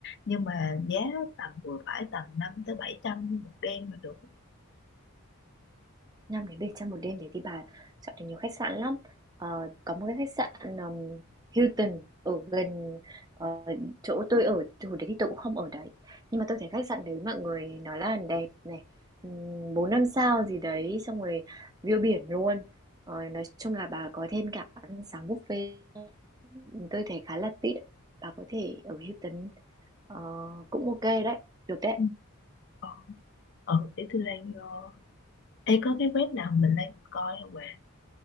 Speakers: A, on the left; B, on the right.
A: nhưng mà giá tầm vừa phải tầm năm tới bảy trăm một đêm mà được
B: 5 đến Bỉ trong một đêm thế thì bà chọn được nhiều khách sạn lắm. Ờ, có một cái khách sạn um, Hilton ở gần ờ, chỗ tôi ở thì hồi đấy thì tôi cũng không ở đấy. Nhưng mà tôi thấy khách sạn đấy mọi người nói là đẹp này, um, 4 5 sao gì đấy xong rồi view biển luôn. Ờ, nói chung là bà có thêm cả ăn sáng buffet. Tôi thấy khá là tiện. Bà có thể ở Hilton ờ, cũng ok đấy, được đấy.
A: ừ. ờ, ờ để tôi đang ờ, Ê, có cái web nào mình lên mình coi không bạn?